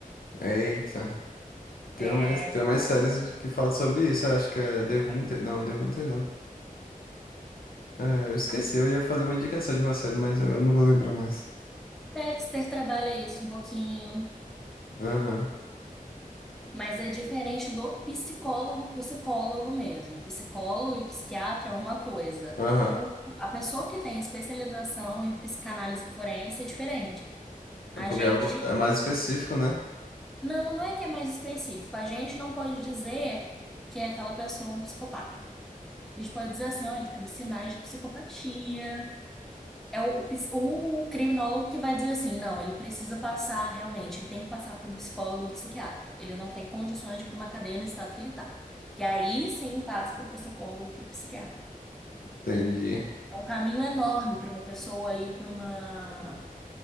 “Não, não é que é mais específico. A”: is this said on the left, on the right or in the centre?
Centre